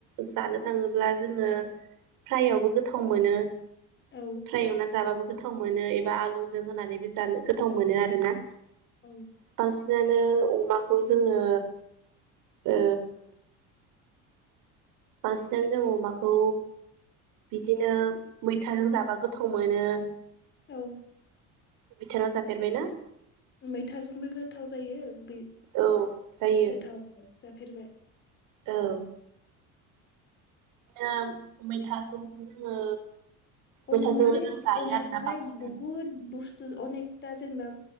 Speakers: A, on the right; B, on the left.
A: जानो थाङोब्ला जोङो फ्रायआवबो गोथाव मोनो
B: औ
A: फ्राय एवना जा जाबाबो गोथाव मोनो बा आलुजों होनानै बे जानो गोथाव मोनो आरो ना
B: औ
A: बांसिनानो अमाखो खौ जोङो ओ बांसिनानो जों अमाखौ बिदिनो मैथाजों जाबा गोथाव मोन मोनो
B: औ
A: बिथाङा जाफेरबायना
B: मैथाजोंबो गोथाव जायो बे
A: औ जायो
B: गोथाव जाफेरबाय
A: औ ओम मैथाखौ जोङो मैथाजोंबो
B: उम माने
A: जों जायो
B: अमाखौहाय
A: आरोना बांसिनानो
B: बुहुद बुस थु ओ अनेकथा जेनेबा